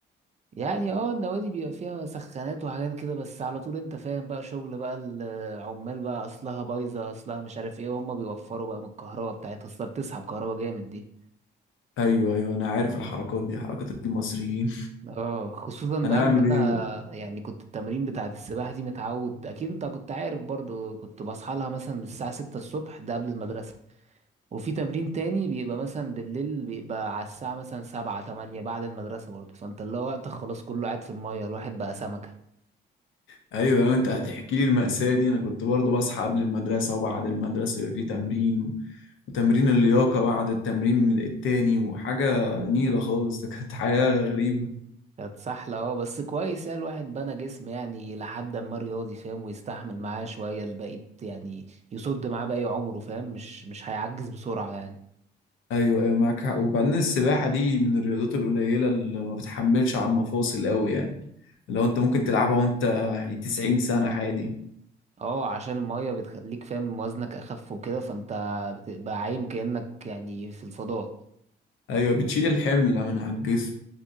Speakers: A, on the right; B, on the left.
A: يعني اه النوادي بيبقى فيها سخانات وحاجات كده بس على طول انت فاهم بقى شغل بقى العمال بقى اصلها بايظه اصلها مش عارف ايه وهم بيوفروا بقى من الكهرباء بتاعتها اصلها بتسحب كهرباء جامد دي
B: ايوه ايوه انا عارف الحركات دي حركات المصريين
A: اه خصوصا بقى
B: <laughs> انا
A: ان
B: اعمل
A: انا
B: ايه بقى
A: يعني كنت التمرين بتاعت السباحه دي متعود اكيد انت كنت عارف برضو كنت بصحى لها مثلا من الساعه 6 الصبح ده قبل المدرسه وفي تمرين تاني بيبقى مثلا بالليل بيبقى على الساعه مثلا 7 8 بعد المدرسه برضو فانت اللي هو وقتك خلاص كله قاعد في الميه الواحد بقى سمكه
B: ايوه أيوة، انت هتحكي لي المأساة دي انا كنت برضو بصحى قبل المدرسة وبعد المدرسة يبقى فيه تمرين وتمرين اللياقة بعد التمرين التاني وحاجة نيلة خالص <laughs> ده كانت حياة غريبة
A: كانت سحلة اه بس كويس يعني الواحد بنى جسم يعني لحد ما رياضي فاهم ويستحمل معاه شوية البقيت يعني يصد معاه باقي عمره فاهم مش مش هيعجز بسرعة يعني
B: ايوه ايوه معاك حق وبعدين السباحه دي من الرياضات القليله اللي ما بتحملش على المفاصل قوي يعني لو انت ممكن تلعبها وانت يعني 90 سنه عادي
A: اه عشان المية بتخليك فاهم وزنك أخف وكده فانت بتبقى عايم كأنك يعني في الفضاء
B: ايوه بتشيل الحمل من على الجسم